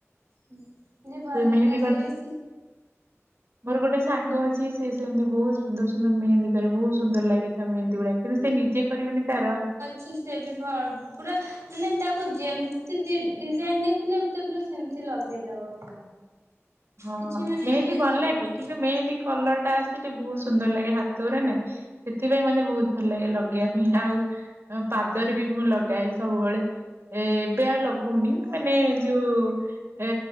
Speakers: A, on the right (about 80°); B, on the right (about 55°).
A: ହୁଁ ଯିଏ ଭଲ
B: ମେହେନ୍ଦୀ
A: ଲାଗେଇବେ
B: କରି
A: ସି
B: ମୋର ଗୋଟେ ସାଙ୍ଗ ଅଛି ସିଏ ସେମିତି ବହୁତ ସୁନ୍ଦର ସୁନ୍ଦର ମେହେନ୍ଦି କରେ ବହୁତ ସୁନ୍ଦର ଲାଗେଥା ମେହେନ୍ଦୀ ଗୁଡା। କିନ୍ତୁ ସେ ନିଜେ କରିବେନି ତାର
A: ଶି ସେ ବି ପୁରା ମାନେ ତାକୁ ଯେମିତି ଡିଜାଇନ ଦେଖିଲେ ତା ପୁରା ସେମିତି ଲଗେଇ ଦବ ପୁରା।
B: ହଁ,
A: କିଛି ମାନେ
B: ମେହେନ୍ଦି
A: ଇଏ
B: ଭଲ
A: କରିବନି
B: ଲାଗେ କିନ୍ତୁ ମେହେନ୍ଦି କଲର ଟା ଆସ ଟିକେ ବହୁତ ସୁନ୍ଦର ଲାଗେ ହାତରେ ନା ସେଥିପାଇଁ ମତେ ବହୁତ ଭଲ ଲାଗେ ଲଗେଇବା।
A: ହଁ
B: ଆଉ ପାଦରେ ବି ମୁଁ ଲଗାଏ ସବୁବେଳେ ଏ ଏବେ ଆଉ ଲଗ କହୁନି
A: ହଁ।
B: ମାନେ ଯୋଉ ଏ